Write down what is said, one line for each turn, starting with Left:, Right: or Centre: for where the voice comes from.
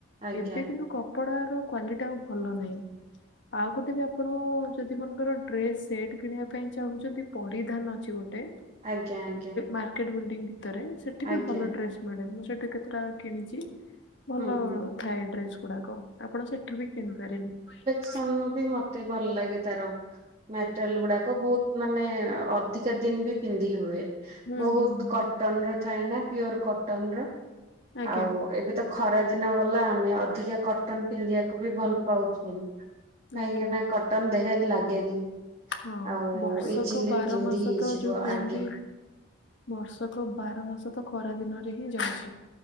Right: ଆଜ୍ଞା
Left: ଏବେ କିନ୍ତୁ କପଡ଼ାର କ୍ଵାଲିଟି ଆଉ ଭଲ ନାହିଁ। ଆଉ ଗୋଟେ ବି ଆପଣ ଯଦି ମନେକର ଡ୍ରେସ ସେଟ କିଣିବା ପାଇଁ ଚାହୁଁଛନ୍ତି। ପଡ଼ିଧାନ ଅଛି ଗୋଟେ
Right: ଆଜ୍ଞା ଆଜ୍ଞା
Left: ମାର୍କେଟ ବିଲଡିଙ୍ଗ ଭିତରେ ସେଠି ବି
Right: ଆଜ୍ଞା
Left: ଭଲ ଡ୍ରେସ ମିଳେ, ମୁଁ ସେଇଠି କେତେଟା କିଣିଛି ଭଲ
Right: ହୁଁ ହୁଁ।
Left: ଥାଏ ଡ୍ରେସ ଗୁଡାକ। ଆପଣ ସେଠୁ ବି କିଣିପାରିବେ।
Right: ସନବି ମତେ ଭଲ ଲାଗେ ତାର ମଟେରିଆଲ ଗୁଡାକ ବହୁତ ମାନେ ଅଧିକା ଦିନ ବି ପିନ୍ଧି ହୁଏ।
Left: ହୁଁ
Right: ବହୁତ
Left: ହୁଁ ହୁଁ।
Right: କଟନ ର ଥାଏ ନା ପିଓର କଟନ ର।
Left: ଆଜ୍ଞା
Right: ଆଉ ଏବେ ତ ଖରା ଦିନ ଗଲା ଆମେ ଅଧିକା କଟନ ପିନ୍ଧିବାକୁ ବି ଭଲ ପାଉଚୁ କାହିଁକିନା
Left: ଆଜ୍ଞା।
Right: କଟନ ଦେହରେ ଲାଗେନି।
Left: ହଁ
Right: ଆଉ
Left: ବର୍ଷକ
Right: ଇଜିଲି
Left: ବାର
Right: ପିନ୍ଧି
Left: ମାସ
Right: ହେଇଯିବ
Left: ତ ଯୋଉ କୁହନ୍ତି
Right: ଆଗେ।
Left: ବର୍ଷକ ବାର ମାସ ତ ଖରା ଦିନରେ ହିଁ ଯାଉଚି।